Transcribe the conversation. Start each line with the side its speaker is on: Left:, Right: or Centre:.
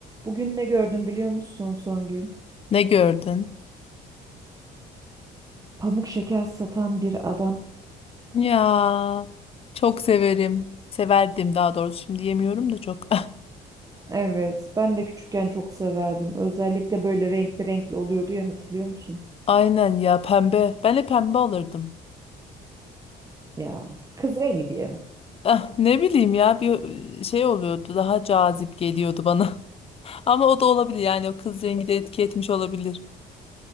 Right: Bugün ne gördüm biliyor musun Songül?
Left: Ne gördün?
Right: Pamuk şeker satan bir adam.
Left: Ya çok severim. Severdim daha doğrusu. Şimdi yemiyorum da çok.
Right: Evet, ben de küçükken çok severdim. Özellikle böyle renkli renkli oluyordu ya hatırlıyor musun?
Left: <laughs> Aynen ya pembe. Ben de pembe alırdım.
Right: Ya kız rengi diye mi?
Left: Ah, ne bileyim ya bir şey oluyordu. Daha cazip geliyordu bana. <laughs> Ama o da olabilir yani o kız rengi de etki etmiş olabilir.